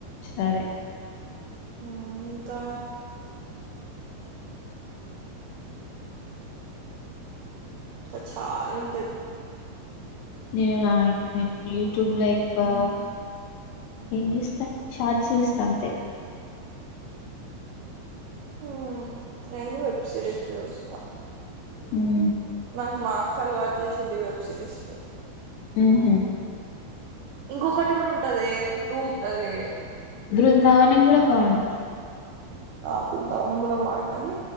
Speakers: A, on the left; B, on the right.
A: సరే
B: ఊమ్ ఇంకా క చాలుంటయ్
A: నేనా యు యూట్యూబ్ లో ఎక్కువా ఏం జూస్త షార్ట్స్ చూస్తా అంతే
B: ఊ నేను వెబ్ సీరీస్ చూస్తా
A: హూ
B: నాకు మా అక్క అలువాట్ చేసింది వెబ్ సిరీస్ లో
A: ఉహు
B: ఇంకొకటి కూడా ఉన్ టాదే రూమ్ అదే
A: బృందావనం కూడా బాగుంటది
B: ఆ బృందావనం కూడా బాగుంటది